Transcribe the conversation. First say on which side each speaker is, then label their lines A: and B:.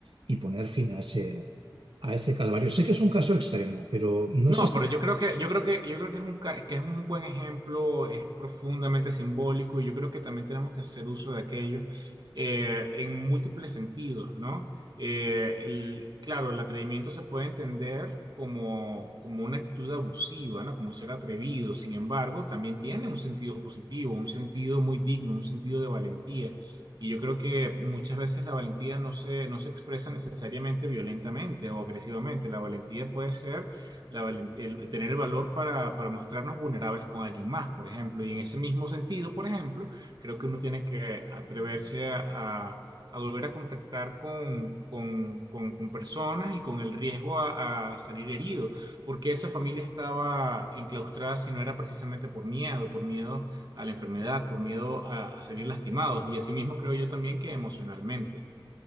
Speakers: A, on the right; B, on the right.
A: y poner fin a ese, a ese calvario. Sé que es un caso extremo, pero no
B: No,
A: sé si
B: pero yo creo que, yo creo que, yo creo que es un, ca- que es un buen ejemplo, es profundamente simbólico y yo creo que también tenemos que hacer uso de aquello eh, en múltiples sentidos, ¿no? Eh, el- claro, el atrevimiento se puede entender como, como una actitud abusiva, ¿no? Como ser atrevido, sin embargo, también tiene un sentido positivo, un sentido muy digno, un sentido de valentía. Y yo creo que muchas veces la valentía no se, no se expresa necesariamente violentamente o agresivamente, la valentía puede ser la valen- el- tener el valor para, para mostrarnos vulnerables con alguien más, por ejemplo. Y en ese mismo sentido, por ejemplo, creo que uno tiene que atreverse a, a- a volver a contactar con, con- con- con personas y con el riesgo a, a salir herido, porque esa familia estaba enclaustrada si no era precisamente por miedo, por miedo a la enfermedad, por miedo a, a salir lastimados. Y asimismo creo yo también que emocionalmente.